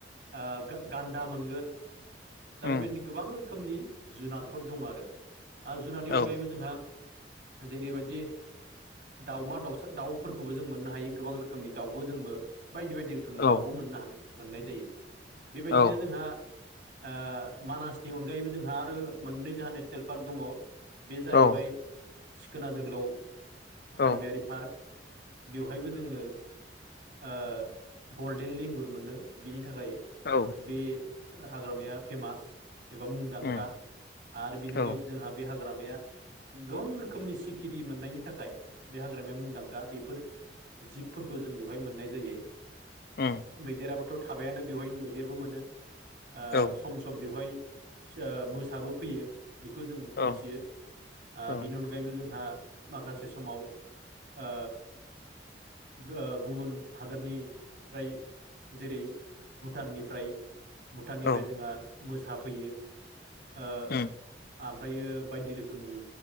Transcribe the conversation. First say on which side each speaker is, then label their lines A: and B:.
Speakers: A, on the right; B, on the left.
A: ओ गान्दा मोनगोन दा
B: उम
A: बेबायदिनो गोबां रोखोमनि जुनारफोर दं आरो आरो जुनारनि
B: औ
A: अनगायैबो जोंहा जेरैबायदि दाउमा दाउ दाउफोरखौबो जों मोननो हायो गोबां रोखोमनि दाउबो जोंबो बायदि बायदि रोखोमनि
B: औ
A: दाउबो मोननो हानाय मोननाय जायो बेबायदिनो
B: औ
A: जोंहा ओ मानासनि अन अनगायैबो जोंहा आरो मोननै जोंहा नेसनेल पार्क दङ बे जाहैबाय
B: औ
A: सिखोना जोहोलाव
B: औ
A: हारिमायारि पार्क बेवहायबो जोङो ओ गल्डेन लेंगुर मोनो बिनि थाखाय
B: औ
A: बे हाग्रामाया फेमास एबा मुंदांखा
B: उम
A: आरो बेनि
B: औ
A: अनगायैबो जोंहा बे हाग्रामाया गोबां रोखोमनि सिखिरि मोननायनि थाखाय बे हाग्रामाया मुंदां खा बेफोर जिबफोरखौ जों बेवहाय मोननाय जायो
B: उम
A: मैदेराबोथ थाबायानो बेवहाय मैदेरबो मोनो ओ
B: औ
A: सम सम बेवहाय ओ मोसाबो फैयो बेखौ जों
B: औ
A: मिथियो ओ
B: औ
A: बिनि अन गायैबो जोंहा माखासे समाव ओ ओ गुबुन हादोरनिफ्राय जेरै भुटाननिफ्राय भुटाननिफ्राय
B: औ
A: जोंहा मोसा फैयो ओ
B: उम
A: ओमफ्रायो बायदि रोखोमनि